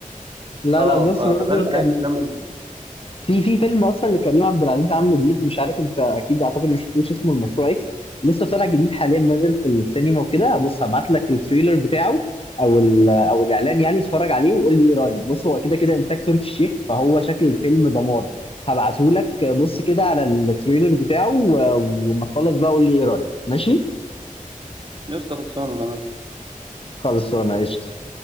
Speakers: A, on the left (about 40°); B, on the right (about 35°).
A: لا
B: اه
A: لا بص
B: ف-
A: برضه
B: فده الافلام
A: كان
B: اللي
A: في في فيلم اصلا لكريم عبد العزيز عامله جديد مش عارف انت اكيد اعتقد ما شفتوش اسمه المشروع اكس لسه طالع جديد حاليا نازل في السينما وكده بص هبعت لك التريلر بتاعه او ال- او الاعلان يعني اتفرج عليه وقول لي ايه رايك بص هو كده كده انتاج تركي الشيخ فهو شكل الفيلم دمار هبعته لك بص كده على التريلر بتاعه و- وما تخلص بقى قول لي ايه رايك ماشي
B: يسطا خلصانه تمام
A: خلص انا قشطه